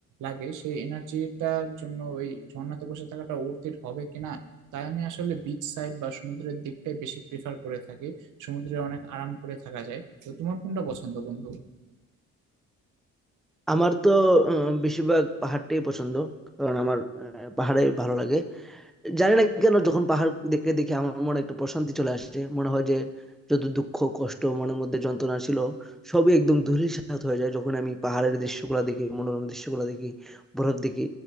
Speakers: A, on the right (about 80°); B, in the centre.
A: লাগে সেই এনার্জিটার জন্য ওই ঝর্ণাতে বসে থাকাটা অর্থের হবে কিনা তাই আমি আসলে বিচ সাইড বা সমুদ্রের দিকটাই বেশি প্রিফার করে থাকি সমুদ্রে অনেক আরাম করে থাকা যায় তো তোমার কোনটা পছন্দ বন্ধু
B: আমার তো আহ, বেশিরভাগ পাহাড়টাই পছন্দ কারণ আমার আহ, পাহাড়ে ভালো লাগে জানি না কেন যখন পাহাড় দেখে দেখে আমার মনে একটা প্রশান্তি চলে আসে মনে হয় যে যত দুঃখ কষ্ট মনের মধ্যে যন্ত্রণা ছিল সবই একদম ধূলিসাৎ হয়ে যায় যখন আমি পাহাড়ের দৃশ্যগুলো দেখি মনোরম দৃশ্যগুলো দেখি বরফ দেখি